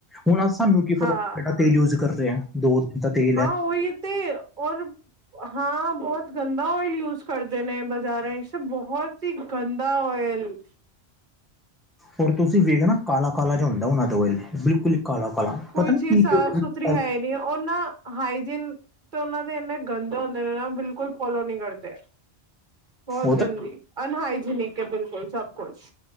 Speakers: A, in the centre; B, on the right (about 45°).
A: ਹੁਣ ਅ ਸਾਨੂੰ ਕੀ
B: ਹਾਂ
A: ਪਤਾ, ਕਿਹੜਾ ਤੇਲ ਯੂਜ ਕਰ ਰਹੇ ਹਾਂ। ਦੋ ਤਕ ਈ
B: ਹਾਂ, ਉਹਹੀ ਤੇ ਔਰ ਹਾਂ, ਬਹੁਤ ਗੰਦਾ ਓਇਲ ਯੂਜ ਕਰਦੇ ਨੇ, ਬਜ਼ਾਰਾ ਵਿਚ, ਬਹੁਤ ਹੀ ਗੰਦਾ ਦਾ ਓਇਲ।
A: ਹੋਰ ਤੁਸੀਂ ਵੇਖ ਨਾ, ਕਾਲਾ-ਕਾਲਾ ਜ ਹੁੰਦਾ, ਉਹਨਾਂ ਦਾ ਓਇਲ ਬਿਲਕੁਲ ਕਾਲਾ-ਕਾਲਾ
B: ਕੋਈ
A: ਪਤਾ
B: ਚੀਜ਼
A: ਨੀ ਕੀ-ਕੀ
B: ਸਾਫ਼
A: ਉਹਦੇ ਵਿੱਚ
B: ਸੁਥਰੀ
A: ਡਲ
B: ਹੈ ਹੀ ਨੀ ਉਹਨਾਂ ਹਾਈਜੀਨ ਤੇ, ਉਹਨਾਂ ਦੇ ਇੰਨੇ ਗੰਦੇ ਹੁੰਦੇ ਨੇ, ਬਿਲਕੁਲ ਫੋਲੋ ਨੀ ਕਰਦੇ। ਬਹੁਤ
A: ਉਹ ਤਾਂ
B: ਗੰਦੀ ਅਨਹਾਈਜੀਨਿਕ ਹੈ, ਬਿਲਕੁਲ ਸਭ ਕੁਛ